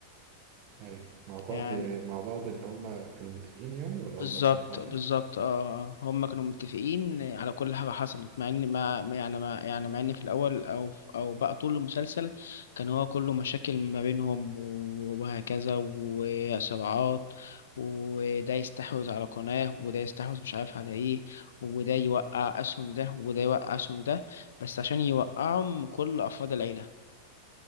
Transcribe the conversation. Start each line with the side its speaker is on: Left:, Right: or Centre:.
Right: ايوه مع بعض
Left: يعني
Right: مع بعض اللي هم كانوا متفقين يعني ولا
Left: بالظبط
Right: قصدك مع بعض
Left: بالظبط
Right: ايه؟
Left: اه آه، آه. هم كانوا متفقين على كل حاجه حصلت مع ان ما ما- يعني ما يعني مع ان في الاول او او بقى طول المسلسل كان هو كله مشاكل ما بينهم وهكذا وصراعات وده يستحوذ على قناه وده يستحوذ مش عارف على ايه وده يوقع اسهم ده وده يوقع اسهم ده بس عشان يوقعهم كل افراد العيله